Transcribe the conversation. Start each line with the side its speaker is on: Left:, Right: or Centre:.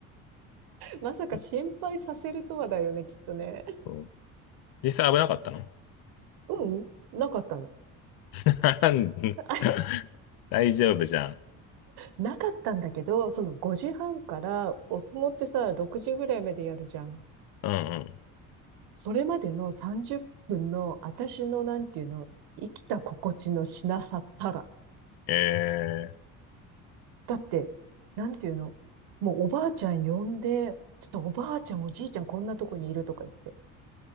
Right: まさか心配させるとはだよね、
Left: うん
Right: きっとね。
Left: そう実際危なかったの
Right: うん、なかったの。
Left: <laughs>
Right: あ
Left: 大丈夫じゃん。
Right: なかったんだけど、その5時半からお相撲ってさ、6時ぐらいまでやるじゃん。
Left: うんうん。
Right: それまでの30分の私のなんていうの、生きた心地のしなさったら。
Left: え
Right: だって、なんていうのもうおばあちゃん呼んで、ちょっとおばあちゃんおじいちゃんこんなとこにいるとか言って。